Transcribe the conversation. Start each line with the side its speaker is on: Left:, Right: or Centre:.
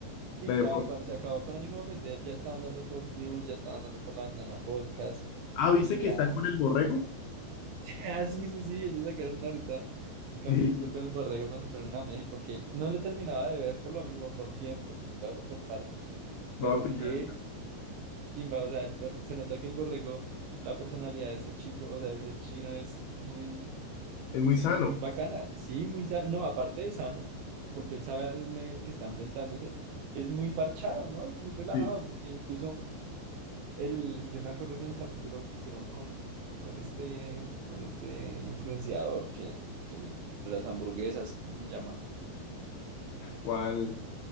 Right: Y
Left: La de
Right: ya
Left: Fox.
Right: cuando se acabó con ánimo de ofender, ya estaban dando Fox News, ya estaban dando por la ventana podcast
Left: Ah, ¿viste
Right: y
Left: que
Right: ya.
Left: están con el borrego?
Right: <laughs> Ah, sí, sí, sí, ellos sacaron ahorita un capítulo
Left: Sí,
Right: con el Borrego cuando fueron a México, que no lo terminaba de ver por lo mismo, por tiempo, me tocaba verlo por partes, pero
Left: va a pillar
Right: qué
Left: esa.
Right: chimba, o sea, el bor- se nota que el Borrego, la personalidad de ese chico, o sea, de ese chino es muy,
Left: Es muy
Right: muy,
Left: sano.
Right: muy bacana, sí, muy sano, no, aparte de sano, porque él sabe el medio al que está enfrentándose, es muy parchado, ¿no? Es muy relajado,
Left: Sí.
Right: porque incluso el, yo me acuerdo que en el capítulo que hicieron con, con este, con este influenciador que, que el- las hamburguesas, ¿cómo se llama?
Left: ¿Cuál?